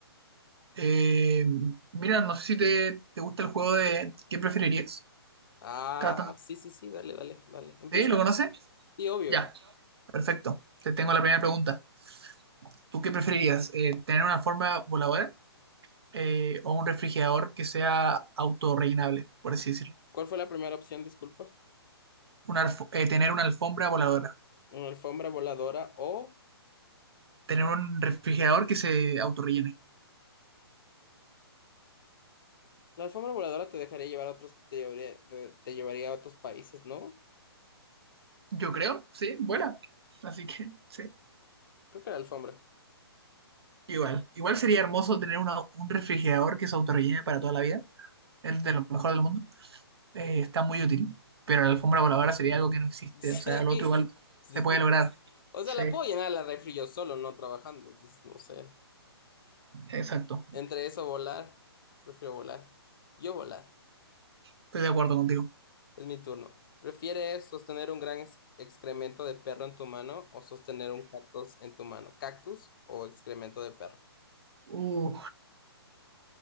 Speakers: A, on the right; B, on the left.
A: Eh, mira, no sé si te, te gusta el juego de ¿qué preferirías?
B: Ah,
A: Está bastante-
B: sí, sí, sí, dale, dale, dale. Empieza
A: ¿Sí? ¿Lo conoces?
B: tú. Sí, obvio.
A: Ya, perfecto. Te tengo la primera pregunta. ¿Tú qué preferirías? Eh, ¿tener una forma voladora eh, o un refrigerador que sea autorrellenable, por así decirlo?
B: ¿Cuál fue la primera opción, disculpa?
A: Una alfo- eh, tener una alfombra voladora.
B: ¿Una alfombra voladora o...
A: Tener un refrigerador que se autorrellene.
B: La alfombra voladora te dejaría llevar a otros, te llevaría, te te llevaría a otros países, ¿no?
A: Yo creo, sí, vuela. Así que, sí.
B: Creo que la alfombra.
A: Igual. Igual sería hermoso tener una- un refrigerador que se autorrellene para toda la vida. Es de lo mejor del mundo. Eh, está muy útil. Pero la alfombra voladora sería algo que no existe.
B: <laughs> Sí,
A: O sea, lo otro igual
B: sí.
A: se puede lograr.
B: O
A: Sí,
B: sea, la puedo llenar a la refri yo solo, no trabajando. Entonces, no sé.
A: exacto.
B: Entre eso, volar. Prefiero volar. Yo volar.
A: Estoy de acuerdo contigo.
B: Es mi turno. ¿Prefieres sostener un gran ex- excremento de perro en tu mano o sostener un cactus en tu mano? ¿Cactus o excremento de perro?
A: Uh,